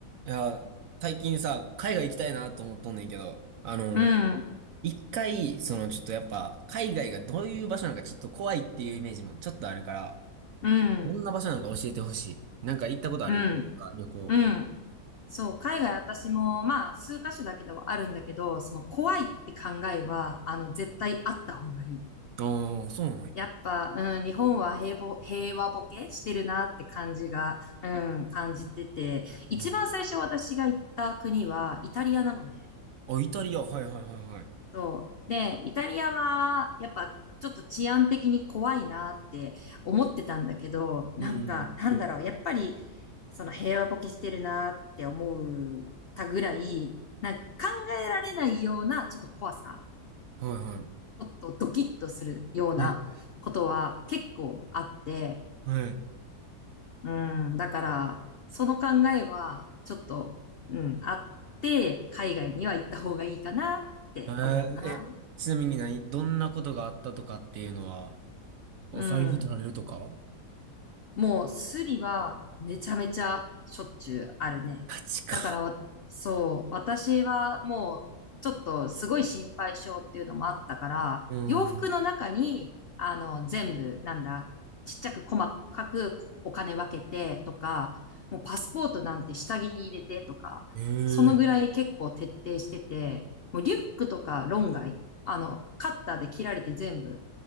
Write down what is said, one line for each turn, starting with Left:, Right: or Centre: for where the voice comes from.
Right: いや、最近さ、海外行きたいなと思っとんねんけど、あの、
Left: うん、
Right: 一回、そのちょっとやっぱ、海外がどういう場所なんかちょっと怖いっていうイメージもちょっとあるから、
Left: うん、
Right: どんな場所なんか教えてほしい。なんか行ったことあるか、
Left: うん、
Right: 旅行。
Left: うん。そう、海外私も、まあ、数カ所だけではあるんだけど、その怖いって考えは、あの、絶対あった方がいい。
Right: ああ、そうなんや。
Left: やっぱ、うん、日本は平ぼ、平和ボケしてるなって感じが、うん、感じてて、一番最初私が行った国はイタリアなのね。
Right: うん。あ、イタリア、はいはいはいはい。
Left: そう。で、イタリアは、やっぱ、ちょっと治安的に怖いなって思ってたんだけど、なんか、
Right: うん、
Left: なんだろう、やっぱり、その平和ボケしてるなって思うたぐらい、なんか考えられないような、ちょっと怖さ、
Right: はいは
Left: ちょっとドキッとするようなことは結構あって、
Right: い。え、はい。
Left: うん、だから、その考えは、ちょっと、うん、あって、海外には行った方がいいかなって思うな。
Right: えー、え、ちなみに何、どんなことがあったとかっていうのは、お財布取られるとか
Left: うん。もうスリはめちゃめちゃしょっちゅうあるね。
Right: ガチか。
Left: だからわ、そう、私はもうちょっとすごい心配性っていうのもあったから、
Right: うん。
Left: 洋服の中に、あの、全部、なんだ、ちっちゃく細かくお金分けてとか、もうパスポートなんて下着に入れてとか、
Right: ええ。
Left: そのぐらい結構徹底してて、もうリュックとか論外、あの、カッターで切られて全部